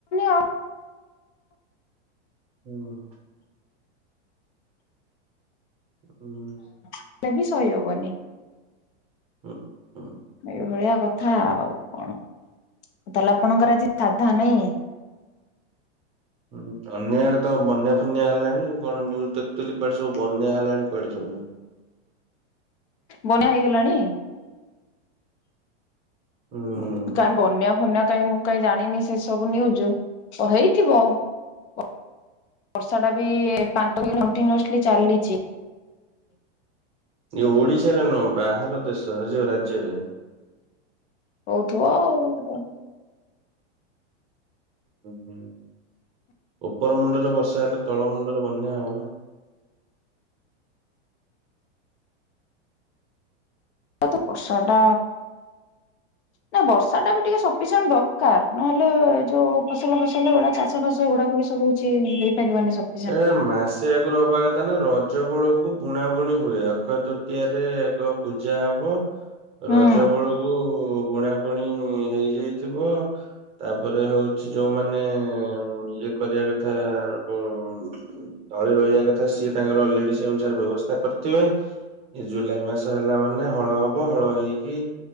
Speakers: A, on the left; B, on the right.
A: ଆଉ
B: ହୁଁ, ହୁଁ।
A: ହେଲେ ବି ସହିହବନି।
B: ହୁଁ, ହୁଁ।
A: ଏ ଭଳିଆ କଥା ଆଉ କଣ, ତାହେଲେ ଆପଣଙ୍କର ଆଜି ସାଧା ନାଇଁ?
B: ହୁଁ, ଅନ୍ୟ ଆଡେ ତ ବନ୍ୟା ଫନ୍ୟା ହେଲାଣି କଣ ନ୍ୟୁଜ୍ ଦେଖୁଥିଲି କୁଆଡେ ସବୁ ବନ୍ୟା ହେଲାଣି କୁଆଡେ ସବୁ।
A: ବନ୍ୟା ହେଇଗଲାଣି?
B: ହୁଁ।
A: ଉଁ, କାଇଁ ବନ୍ୟା ଫନ୍ୟା କାଇଁ ମୁଁ କାଇଁ ଜାଣିନି ସେ ସବୁ ନିଉଜୁ, ତ ହେଇଥିବ <inaudible> ବର୍ଷା ଟା ବି ପାଞ୍ଚ ଦିନି କଣ୍ଟିନ୍ୟସଲି ଚାଲିଚି।
B: ଇଏ ଓଡିଶାରେ ନୁହଁ ବାହାର ଦେଶ ଏ ଯୋଉ ରାଜ୍ୟରେ।
A: ହଉଥୁବ ଆଉ <inaudible>
B: ଉଁ, ହୁଁ, ଉପର ମୁଣ୍ଡରେ ବର୍ଷା ହେଲେ ତଳ ମୁଣ୍ଡରେ ବନ୍ୟା ହବ ନା।
A: ଏ ତ ବର୍ଷା ଟା ନା ବର୍ଷା ଟା ବି ଟିକେ ସ ପିସେଣ୍ଟ ଦରକାର, ନହେଲେ ଏ ଯୋଉ ଫସଲ ଫସଲ ଗୁଡା ଚାଷ ଫାସ ଏ ଗୁଡାକ ବି ସବୁ କିଛି ହେଇପାରିବନି ସ
B: ଏ ମାସ୍ ସେ ଆଗରୁ ହବା କଥା ନା, ରଜ ବଳୁକୁ ବୁଣା ବୁଣି ହୁଏ। ଅକ୍ଷୟ ତୃତୀୟାରେ ଗପ୍ ପୂଜା ହବ।
A: ହୁଁ
B: ରଜ ବଳୁକୁ ବୁଣା ବୁଣି ହେଇଯାଇଥିବ। ତା'ପରେ ହଉଛି, ଯୋଉମାନେ ଇଏ କରିବା କଥା। ଉଁ ତଳି ରୋଇଆ କଥା ସିଏ ତାଙ୍କର ଅଲ୍ ରେଡି ସେ ଅନୁସାରେ ବ୍ୟବସ୍ଥା କରିଥିବେଁ। ଏ ଜୁଲାଇ ମାସ ହେଲା ମାନେ ହଳ ହବ। ହଳ ହେଇକି